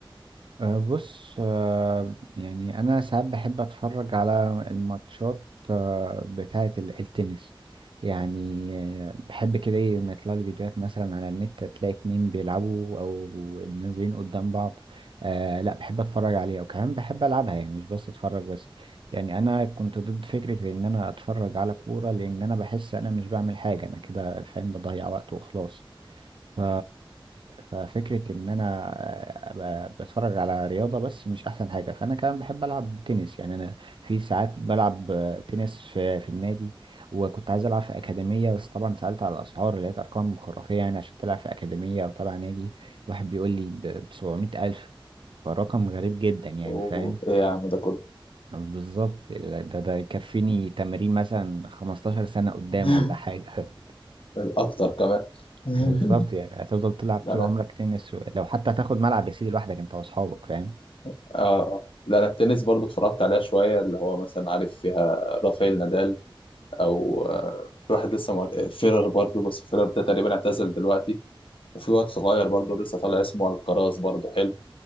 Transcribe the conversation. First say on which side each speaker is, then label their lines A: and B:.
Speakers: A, on the right (about 65°); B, on the left (about 70°).
A: أه، بص أه، يعني أنا ساعات بحب أتفرج على الماتشات أه، بتاعة ال- التنس يعني أه، بحب كده إيه لما يطلع لي فيديوهات مثلا على النت تلاقي اتنين بيلعبوا أو نازلين قدام بعض أه لا بحب أتفرج عليها وكمان بحب ألعبها يعني مش بس أتفرج بس يعني أنا كنت ضد فكرة إن أنا أتفرج على كورة لأن أنا بحس أنا مش بعمل حاجة أنا كده فاهم بضيع وقت وخلاص ف... ففكرة إن أنا أبقى بتفرج على رياضة بس مش أحسن حاجة فأنا كمان بحب ألعب تنس يعني أنا في ساعات بلعب تنس في, في النادي وكنت عايز ألعب في أكاديمية بس طبعا سألت على الأسعار لقيت أرقام خرافية يعني عشان تلعب في أكاديمية أو تبع نادي واحد بيقول لي ب 700 ألف فالرقم غريب جدا يعني
B: أوه
A: فاهم
B: إيه يا عم ده كله
A: بالظبط ده ده يكفيني تمرين مثلا 15 سنة قدام
B: <laughs>
A: ولا حاجة
B: أكتر كمان <laughs>
A: بالظبط يعني هتفضل تلعب طول
B: لا لا
A: عمرك تنس و... لو حتى هتاخد ملعب يا سيدي لوحدك انت واصحابك فاهم
B: آه. آه. لا لا التنس برضه اتفرجت عليها شوية اللي هو مثلا عارف فيها رافائيل نادال او آه، في واحد لسه مع... فيرر برضو بس فيرر ده تقريبا اعتزل دلوقتي وفي واد صغير برضو لسه طالع اسمه الكراز برضو حلو